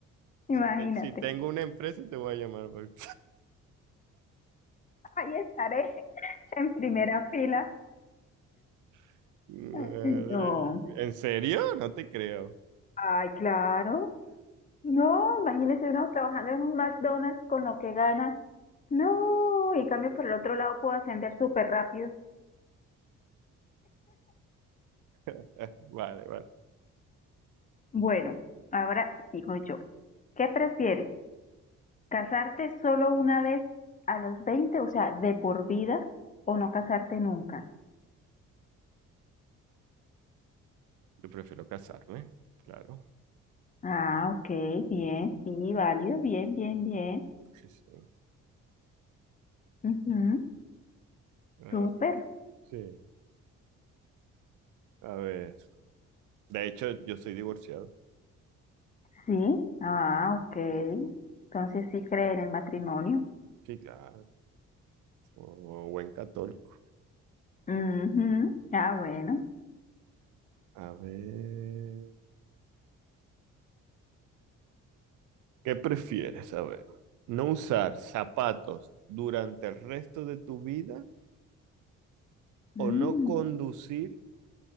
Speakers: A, on the left; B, on the right.
A: imagínate,
B: Si, te- si tengo una empresa, te voy a llamar. porque-
A: ahí estaré en primera fila,
B: <laughs> Madre
A: Ay, no,
B: mía. ¿En serio? No te creo.
A: ay, claro, no, imagínese uno trabajando en un McDonald's con lo que gana No, en cambio por el otro lado puedo ascender súper rápido.
B: <laughs> Vale, vale.
A: Bueno, ahora sigo yo. ¿Qué prefieres? ¿Casarte solo una vez a los 20, o sea, de por vida, o no casarte nunca?
B: Yo prefiero casarme, claro.
A: Ah, ok, bien, sí, válido, bien, bien, bien.
B: Sí, sí.
A: Ujú,
B: A
A: súper,
B: ver, sí. A ver. De hecho, yo soy divorciado.
A: sí. Ah, ok. Entonces sí cree en el matrimonio.
B: Sí, claro. O buen católico.
A: Ujú. Ah, bueno.
B: A ver. ¿Qué prefieres? A ver. ¿No usar zapatos durante el resto de tu vida? o
A: Mm.
B: no conducir